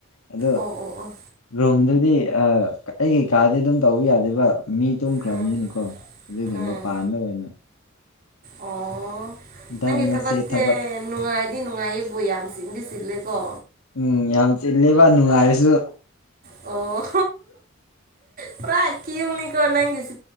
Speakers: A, on the left; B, on the right.
A: ꯑꯗꯨ
B: ꯑꯣ ꯑꯣ ꯑꯣ
A: ꯔꯣꯝꯗꯗꯤ ꯑ ꯑꯩ ꯀꯩꯀꯥꯗꯤ ꯑꯗꯨꯝ ꯇꯧꯕ ꯌꯥꯗꯦꯕ ꯃꯤ ꯇꯨꯝꯈ꯭ꯔꯕꯅꯤꯅꯀꯣ
B: ꯎꯝ
A: ꯑꯗꯨꯒꯤ
B: ꯎꯝ
A: ꯃꯄꯥꯟꯗ ꯑꯣꯏꯅ
B: ꯑꯣ
A: ꯍꯟꯗꯛ
B: ꯅꯪꯒꯤ
A: ꯃꯔꯛꯁꯦ
B: ꯊꯕꯛꯁꯦ
A: ꯊꯕꯛ
B: ꯅꯨꯡꯉꯥꯏꯗꯤ ꯅꯨꯡꯉꯥꯏꯕꯨ ꯌꯥꯝ ꯁꯤꯟꯗꯤ ꯁꯤꯜꯂꯦꯀꯣ
A: ꯎꯝ ꯌꯥꯝ ꯆꯤꯂꯦꯕ ꯅꯨꯡꯉꯥꯏꯔꯁꯨ
B: ꯑꯣ ꯄꯨꯔꯥ ꯀ ꯎꯅꯤ ꯀ ꯅꯁꯤ